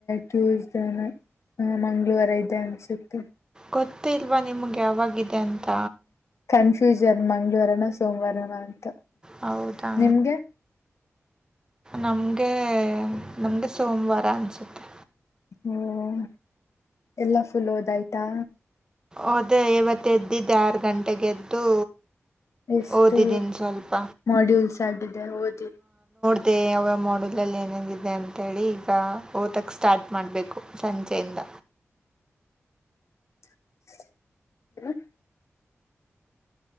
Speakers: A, on the left; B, on the right.
A: ಟ್ಯೂಸ್ಡೇನು ಆ ಮಂಗಳ್ವಾರ ಇದೆ ಅನ್ಸುತ್ತೆ.
B: ಗೊತ್ತೇ ಇಲ್ವಾ ನಿಮ್ಗ್ ಯಾವಾಗಿದೆ ಅಂತ?
A: ಕನ್ಫ್ಯೂಸ್ ಅದ್ ಮಂಗ್ಳ್ವಾರನ ಸೋಮವಾರನ ಅಂತ.
B: ಹೌದಾ?
A: ನಿಮ್ಗೆ
B: ನಮ್ಗೇ ನಮ್ಗೆ ಸೋಮ್ವಾರ ಅನ್ಸುತ್ತೆ.
A: ಹ್ಮ್, ಎಲ್ಲಾ ಫುಲ್ ಓದಾಯ್ತಾ?
B: ಓಅದೇ ಇವತ್ ಎದ್ದಿದ್ ಆರ್ ಗಂಟೆಗ್ ಎದ್ದು
A: ಎಷ್ಟು
B: ಓದಿದ್ದೀನಿ ಸ್ವಲ್ಪ
A: ಮಾಡ್ಯೂಲ್ಸ್ <unintelligible> <unintelligible>
B: ಮ ಅವ ಮಾಡಲಲ್ಲಿ ಏನ ಎನ್ ಇದೆ ಅಂತೇಳಿ ಈಗ ಓದಕ್ ಸ್ಟಾರ್ಟ್ ಮಾಡ್ಬೇಕು ಸಂಜೆಯಿಂದ
A: <unintelligible>